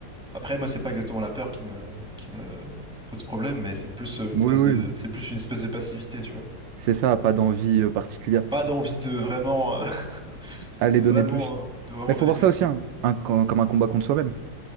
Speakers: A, in the centre; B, on the right.
A: Après, moi, c'est pas exactement la peur qui me, qui me pose problème, mais c'est plus euh, une
B: oui
A: espèce
B: oui
A: de, c'est plus une espèce de passivité, tu vois.
B: C'est ça, pas d'envie euh, particulière.
A: Pas d'envie de vraiment, euh, <laughs>
B: Allez
A: de vraiment,
B: donner plus.
A: euh, de vraiment
B: Mais il
A: donner
B: faut voir
A: plus,
B: ça aussi,
A: ouais.
B: hein, un com- comme un combat contre soi-même.